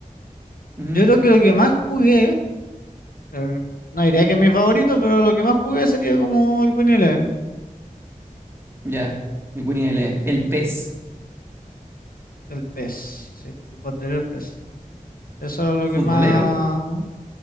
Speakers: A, on the right (about 15°); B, on the left (about 85°).
A: Ujú.
B: Yo creo que lo que más jugué, eh, no diría que es mi favorito, pero lo que más jugué sería como el Winnie Eleven,
A: Ya. El Winnie the Line. El Pez
B: el PES, sí, el posterior PES. Eso era lo
A: Futbolero.
B: que más,